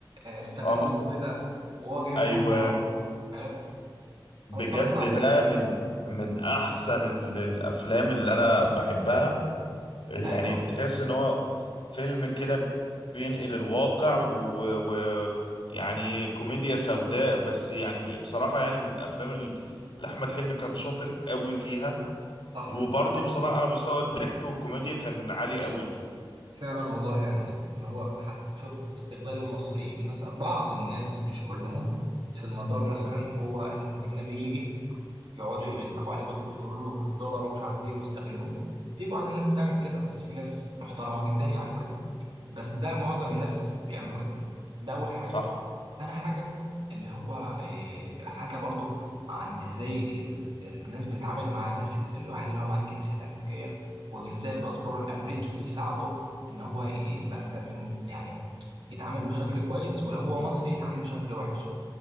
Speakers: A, on the right; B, on the left.
A: آه، استغلوه
B: اه
A: كده وهو جاي من
B: ايوه
A: المطار عرفت
B: بجد
A: انا اتفرجت عليه
B: ده من من احسن ال- الافلام اللي انا بحبها يعني
A: ايوه
B: بتحس ان هو فيلم كده بينقل الواقع و... و... يعني كوميديا سوداء بس يعني بصراحة يعني من الافلام ال- اللي احمد حلمي كان شاطر قوي فيها
A: صح
B: وبرضه
A: عندك
B: بصراحة على مستوى الضحك والكوميديا كان عالي قوي
A: فعلا والله يعني حتة إن هو حتى شفت استغلال المصريين مثلا بعض الناس مش كلهم في المطار مثلا
B: مم.
A: هو إن الأجنبي يجي يقعدوا
B: مم.
A: يضحكوا عليه بال- يقولوا له دولار ومش عارف إيه ويستغلوه في بعض الناس بتعمل كده بس في ناس محترمة جدا يعني وكده بس ده معظم الناس بيعملوا كده ده أول حاجة
B: صح
A: تاني حاجة اللي هو آه، حكى برضو عن ازاي ال- الناس بتتعامل مع الناس ال- الواحد اللي هو معاه الجنسية الأمريكية وازاي الباسبور الأمريكي يساعده إن هو يبقى ف... يعني يتعامل بشكل كويس ولو هو مصري يتعامل بشكل وحش